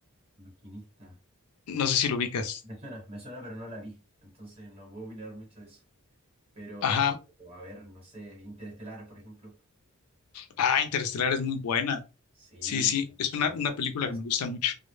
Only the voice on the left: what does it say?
No sé si lo ubicas.
Ajá.
Ah, Interestelar es muy buena.
Sí, sí,
es una, una película
que me gusta mucho.